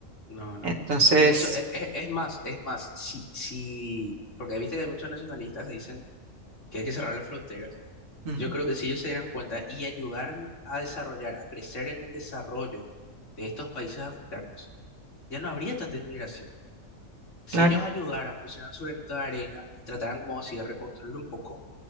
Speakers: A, on the left; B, on the right.
A: No, no.
B: Entonces,
A: De hecho, e- e- es, más, es más, si, si, porque viste que hay muchos nacionalistas que dicen que hay que cerrar las fronteras
B: mm,
A: Yo creo que si ellos se dieran cuenta y ayudaran a desarrollar, a crecer en el desarrollo de estos países africanos, ya no habría tanta inmigración. Si
B: claro.
A: ellos ayudaran, pusieran su granito de arena y trataran como así de reconstruir un poco,